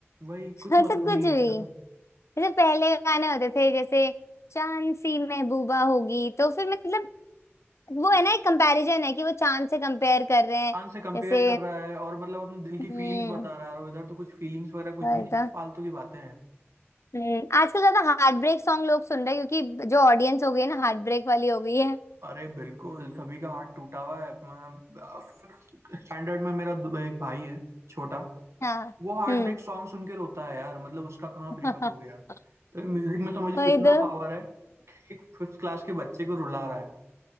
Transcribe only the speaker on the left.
<laughs>
मतलब
कुछ
भी
जैसे पहले गाने होते थे जैसे चांद सी महबूबा होगी तो फिर मतलब वो है ना एक कंपैरिजन है कि वो चांद से कंपेयर कर रहे हैं
जैसे
हम्म
वही
तो
हम्म आजकल ज्यादा हार्ट ब्रेक सॉन्ग लोग सुन रहे हैं क्योंकि जो ऑडियंस हो गई है ना हार्ट ब्रेक वाली हो गई है
हाँ
हम्म
<laughs>
वही
तो